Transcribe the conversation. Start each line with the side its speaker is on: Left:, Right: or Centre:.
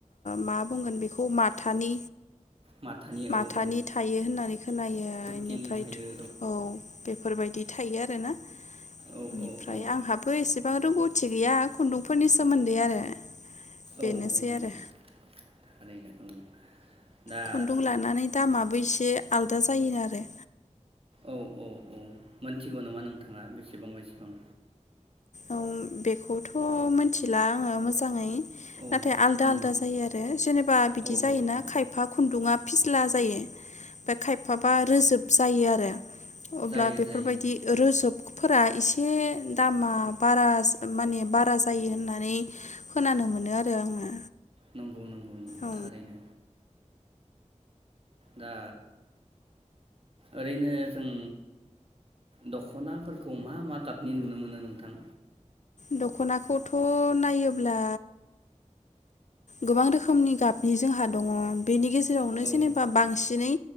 Left: मा बुंगोन बेखौ माथानि
Right: माथानि
Left: माथानि
Right: औ औ
Left: थायो होननानै खोनायो
Right: फुथिनि
Left: इनिफ्रायथ
Right: थायो
Left: औ बेफोरबायदि थायो आरोना।
Right: औ
Left: इनिफ्राय
Right: औ औ
Left: आंहाबो एसेब बां रोंगौथि गैया खुन्दुंफोरनि सोमोन्दै आरो। बेनोसै
Right: औ औ नंगौ।
Left: आरो
Right: थारैनो औ। दा
Left: खुन्दुं लानानै दामाबो एसे आलादा जायो आरो।
Right: औ औ औ मोनथिगौ नामा नोंथाङा बेसेबां बेसेबां?
Left: औ बेखौथ मिथिला आङो मोजाङै
Right: औ
Left: नाथाय आलदा
Right: नंगौ
Left: आलदा जायो आरो जेनेबा बिदि
Right: औ
Left: जायोना
Right: औ औ
Left: खायफा खुन्दुङा फिस्ला जायो। बे खायफाबा रोजोब जायो आरो अब्ला
Right: जायो
Left: बेफोरबायदि
Right: जायो जायो
Left: रोजोबखौ फोरा एसे दामा बारा माने बारा जायो होननानै खोनानो मोनो आरो आङो।
Right: नंगौ नंगौ नंगौ
Left: औ
Right: थारैनो। दा ओरैनो जों दखनाफोरखौ मा मा गाबनि नुनो मोनो नोंथां?
Left: दखनाखौथ नायोब्ला गोबां रोखोमनि गाबनि जोंहा दङ। बेनि गेजेरावनो
Right: औ
Left: जेनेबा बांसिनै